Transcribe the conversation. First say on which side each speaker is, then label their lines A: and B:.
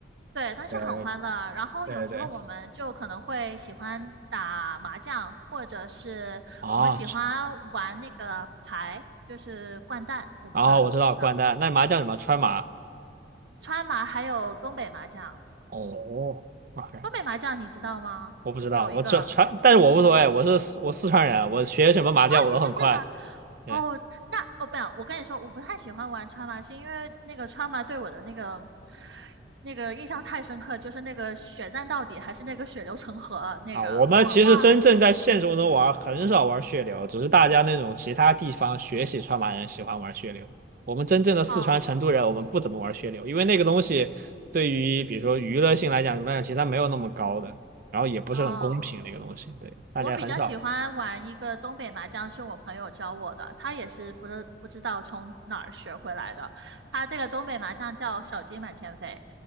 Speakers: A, on the right; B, on the right.
A: 对，但是很欢乐。
B: 对
A: 然后有时候我们就可能会喜欢打麻将，
B: 对对，对，
A: 或者是我们喜欢玩那个牌，
B: 啊
A: 就是掼蛋。我不知道你知不知道，
B: 啊，我知道掼蛋，那麻将什么川麻？
A: 川麻还有东北麻将。
B: 哦，OK，
A: 东北麻将你知道吗？
B: 我不知道，
A: 有有一个
B: 我这川，但是我无所谓，我是四我四川人，我学什么麻将我都很快。
A: 啊，你是四川
B: 对。
A: 哦？那哦不，我跟你说，我不太喜欢玩川麻，是因为那个川麻对我的那个那个印象太深刻，就是那个血战到底，还是那个血流成河那个我哇
B: 啊，我们其实真正在现实中玩很少玩血流，只是大家那种其他地方学习川麻人喜欢玩血流。我们真正的四川成都人，
A: 哦。
B: 我们不怎么玩血流，因为那个东西对于比如说娱乐性来讲什么的其实它没有那么高的，然后也不是很公平那个东西，
A: 哦，
B: 对，大家很少玩。
A: 我比较喜欢玩一个东北麻将，是我朋友教我的，他也是不知不知道从哪儿学回来的。他这个东北麻将叫小鸡满天飞，